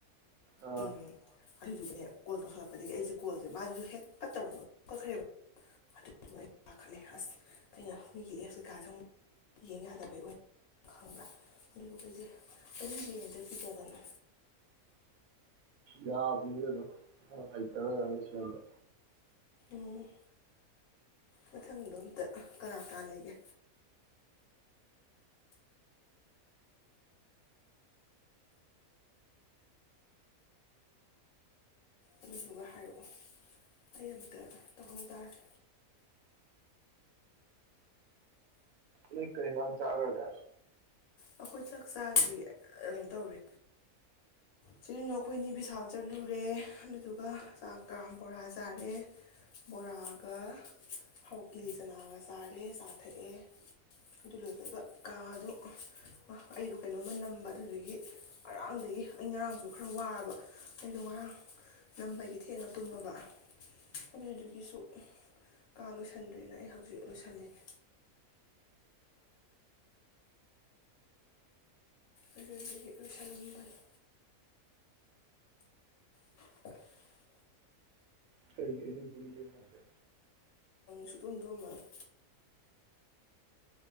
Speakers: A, on the right; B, on the left.
A: ꯑꯥ
B: ꯎꯝ ꯑꯗꯨꯗꯨꯒꯅꯦ ꯀꯣꯜ ꯇꯧꯁꯜꯂꯛꯄꯗꯒꯤ ꯑꯩꯁꯦ ꯀꯣꯜꯁꯦ ꯃꯥꯏꯗꯨ ꯍꯦꯛ ꯐꯠ ꯇꯧꯔꯝꯕꯒ ꯀꯛꯈ꯭ꯔꯦꯕ ꯑꯗꯨꯗꯨ ꯑꯩ ꯄꯥꯈꯠꯂꯦ ꯑꯁ ꯑꯩꯅ ꯃꯤꯒꯤ ꯑꯦꯞ ꯀꯩꯀꯥꯗꯪ ꯌꯦꯡ ꯌꯥꯗꯕꯩ ꯑꯣꯏ ꯥꯈꯪꯕ꯭ꯔ ꯑꯗꯨꯗꯨꯒꯤ ꯑꯩꯩꯁꯦ ꯑꯗꯨꯝ ꯌꯦꯡꯗ꯭ꯔꯦ ꯀꯤꯖꯗꯅ
A: ꯌꯥꯕꯅꯤꯗ ꯑꯗꯨꯝ ꯃꯥ ꯍꯩꯇꯕꯒꯤ ꯑꯣꯏꯔꯝꯅꯤ ꯁꯦꯝꯕ
B: ꯎꯝ ꯃꯊꯪꯗꯣ ꯑꯝꯇ ꯀꯅꯥ ꯀꯅꯥ ꯂꯩꯒꯦ ꯑꯗꯨꯗꯨꯒ ꯍꯥꯏꯔꯛꯑꯣ ꯑꯩ ꯑꯃꯨꯛꯇ ꯇꯧꯍꯧ ꯇꯥꯔꯦ
A: ꯅꯪ ꯀꯩ ꯏꯟꯁꯥꯡ ꯆꯥꯈ꯭ꯔꯒꯦ
B: ꯑꯩꯈꯣꯏ ꯆꯥꯛ ꯆꯥꯗ꯭ꯔꯤ ꯑꯅꯣ ꯇꯧꯔꯦ ꯆꯦꯅꯨ ꯑꯩꯈꯣꯏꯅꯤ ꯕꯤꯁꯥꯜ ꯆꯠꯂꯨꯔꯦ ꯑꯗꯨꯗꯨꯒ ꯆꯥꯛꯀ ꯕꯣꯔꯥ ꯆꯥꯔꯦ ꯕꯣꯔꯥꯒ ꯍ ꯀꯤꯂꯤꯆꯅꯥꯒ ꯆꯥꯔꯦ ꯆꯥ ꯊꯛꯑꯦ ꯑꯗꯨ ꯂꯣꯏꯕꯒ ꯀꯥꯗꯣ ꯑꯩꯗꯣ ꯀꯩꯅꯣꯝꯃ ꯅꯝꯕ ꯑꯗꯨꯗꯨꯒꯤ ꯉꯔꯥꯡꯗꯒꯤ ꯑꯩ ꯉꯔꯥꯡꯁꯨ ꯈꯔ ꯋꯥꯔꯕ ꯑꯩꯗꯣ ꯉꯔꯥꯡ ꯅꯝꯕꯒꯤ ꯊꯦꯡꯅ ꯇꯨꯝꯃꯕ ꯑꯗꯨꯗꯨꯒꯤꯁꯨ ꯀꯥ ꯂꯣꯏꯁꯤꯟꯗ꯭꯭ꯔꯦꯅ ꯑꯩ ꯍꯧꯖꯤꯛ ꯂꯣꯏꯁꯜꯂꯤꯅꯦ ꯑꯗꯨꯗꯤ ꯂꯣꯏꯁꯂꯝꯃꯣ ꯐꯖꯅ <inaudible>
A: ꯀꯩꯒꯤ ꯑꯍꯤꯡ ꯇꯨꯝꯗ꯭ꯔꯤꯕ ꯅꯪꯗꯤ
B: ꯁꯨꯛꯇꯨꯝ ꯇꯨꯝꯃꯝꯃꯔꯣꯏ